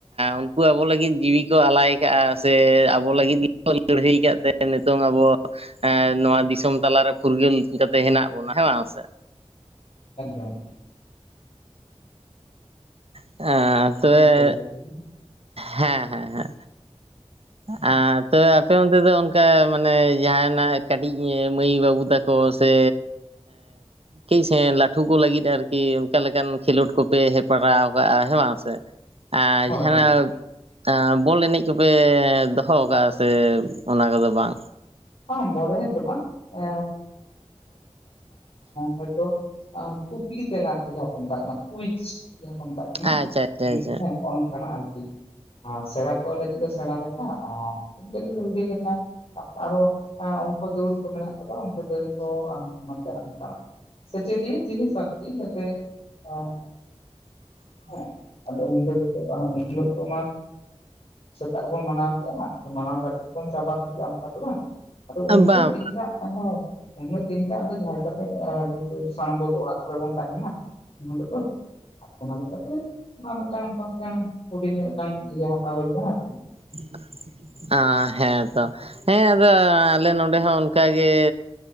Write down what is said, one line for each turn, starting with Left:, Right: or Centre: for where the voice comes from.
Right: ᱩᱱᱠᱩ ᱟᱵᱚ ᱞᱟᱹᱜᱤᱫ ᱡᱤᱣᱤ ᱠᱚ ᱟᱞᱟᱭ ᱠᱟᱜᱼᱟ ᱥᱮ ᱟᱵᱚ ᱞᱟᱹᱜᱤᱫ ᱜᱮ ᱞᱟᱹᱲᱦᱟᱹᱭ ᱟᱠᱟᱫ ᱛᱮ ᱱᱤᱛᱚᱝ ᱟᱵᱚ ᱱᱚᱣᱟ ᱫᱤᱥᱚᱢ ᱛᱟᱞᱟᱨᱮ ᱯᱷᱩᱨᱜᱟᱹᱞ ᱠᱟᱛᱮ ᱦᱮᱱᱟᱜ ᱦᱮᱱᱟᱜ ᱵᱚᱱᱟ ᱦᱮᱸ ᱵᱟᱝᱥᱮ
Left: ᱮᱫᱚᱢ
Right: ᱮ ᱛᱚᱵᱮ
Left: ᱥᱟᱹᱨᱤ ᱠᱟᱛᱷᱟ ᱜᱮ᱾
Right: ᱦᱮᱸ ᱦᱮᱸ ᱦᱮᱸ ᱛᱚ ᱟᱯᱮ ᱚᱱᱛᱮ ᱫᱚ ᱚᱱᱠᱟ ᱢᱟᱱᱮ ᱡᱟᱦᱟᱱᱟᱜ ᱠᱟᱹᱴᱤᱡ ᱢᱟᱹᱭ ᱵᱟᱹᱵᱩ ᱵᱟᱵᱩ ᱛᱟᱠᱚ ᱥᱮ ᱠᱟᱹᱪ ᱥᱮ ᱞᱟᱹᱴᱷᱩ ᱠᱚ ᱞᱟᱹᱜᱤᱫ ᱟᱨᱠᱤ ᱚᱱᱠᱟ ᱞᱮᱠᱟᱱ ᱠᱷᱮᱞᱳᱰ ᱠᱚᱯᱮ ᱦᱮᱯᱨᱟᱣ ᱟᱠᱟᱜᱼᱟ ᱦᱮᱸ ᱵᱟᱝ ᱥᱮ ᱟᱨ
Left: ᱦᱳᱭ
Right: ᱡᱟᱦᱟᱱᱟᱜ
Left: ᱦᱳᱭ
Right: ᱵᱚᱞ ᱮᱱᱮᱡ ᱠᱚᱯᱮ ᱫᱚᱦᱚ ᱠᱟᱜᱼᱟ ᱥᱮ ᱚᱱᱟ ᱠᱚᱫᱚ ᱵᱟᱝ
Left: ᱵᱟᱝ ᱵᱚᱞ ᱮᱱᱟᱡ ᱫᱚ ᱵᱟᱝ ᱮ ᱦᱚᱭᱛᱳ ᱠᱩᱠᱞᱤ ᱛᱮᱞᱟ ᱡᱟᱦᱟᱸ ᱠᱚ ᱢᱮᱛᱟᱜ ᱠᱟᱱᱟ ᱠᱩᱭᱤᱪ ᱡᱟᱦᱟᱸ ᱠᱚ ᱢᱮᱛᱟᱜ ᱠᱟᱱᱟ
Right: ᱟᱪᱪᱷᱟ ᱟᱪᱪᱷᱟ
Left: ᱦᱮᱸ
Right: ᱟᱪᱪᱷᱟ
Left: ᱱᱚᱝᱠᱟᱱᱟᱜ ᱟᱨᱠᱤ ᱟᱨ ᱥᱮᱬᱟ ᱠᱚ ᱞᱟᱹᱜᱤᱫ ᱫᱚ ᱥᱮᱬᱟ ᱞᱮᱠᱟ ᱟᱨ <unintelligible> ᱞᱟᱹᱜᱤᱫ ᱦᱩᱰᱤᱧ ᱞᱮᱠᱟ ᱟᱨᱚ ᱩᱱᱠᱩ ᱫᱩᱲᱩ ᱠᱚ ᱢᱮᱱᱟᱜ ᱠᱚᱫᱚ ᱫᱟᱹᱲ ᱠᱚ ᱚᱱᱠᱟ ᱱᱚᱝᱠᱟᱱᱟᱜ ᱥᱮᱪᱮᱫᱤᱭᱟᱹ ᱡᱤᱱᱤᱥ ᱟᱨ ᱟᱨᱠᱤ ᱡᱟᱛᱮ ᱚ
Right: <inaudible>
Left: ᱦᱮᱸ ᱟᱫᱚ ᱩᱱ ᱫᱚ ᱩᱱ ᱦᱤᱞᱚᱜ ᱢᱟ ᱥᱮᱛᱟᱜ ᱨᱮᱵᱚᱱ ᱢᱟᱱᱟᱣ ᱠᱮᱜᱼᱟ ᱢᱟᱲ ᱢᱟᱱᱟᱣ ᱠᱟᱛᱮᱫ ᱜᱮᱵᱚᱱ ᱪᱟᱵᱟ ᱜᱤᱰᱤ ᱠᱟᱜᱼᱟ ᱚᱱᱠᱟ ᱛᱚ ᱵᱟᱝ ᱟᱫᱚ ᱩᱱ
Right: ᱚ
Left: ᱦᱤᱞᱳᱜ
Right: ᱵᱟᱝ
Left: ᱫᱤᱱᱴᱟᱜ ᱦᱮᱸ ᱩᱱ ᱦᱤᱞᱳᱜ ᱫᱤᱱᱴᱟᱜ ᱫᱚ ᱡᱟᱦᱟᱸ ᱞᱮᱠᱟᱛᱮ ᱛᱚ ᱥᱟᱱᱟᱢ ᱠᱚᱜᱮ ᱚᱲᱟᱜ ᱠᱚᱨᱮ ᱵᱚᱱ ᱛᱟᱦᱮᱱᱟ᱾ ᱮᱦᱤᱞᱳᱜ ᱫᱚ ᱚᱱᱟ ᱞᱮᱠᱟᱛᱮ ᱚᱱᱟ ᱢᱤᱫᱴᱟᱝ ᱚᱱᱠᱟ ᱢᱤᱫᱴᱟᱝ ᱦᱩᱰᱤᱧ ᱧᱚᱜ ᱢᱤᱫᱴᱟᱝ ᱤᱭᱟᱹ ᱦᱟᱛᱟ ᱦᱩᱭ ᱠᱟᱱᱟ ᱟᱨ ᱠᱤ
Right: <inaudible> ᱦᱮᱸᱛᱚ ᱦᱮᱸ ᱟᱫᱚ ᱟᱞᱮ ᱱᱚᱰᱮ ᱦᱚᱸ ᱚᱱᱠᱟᱜᱮ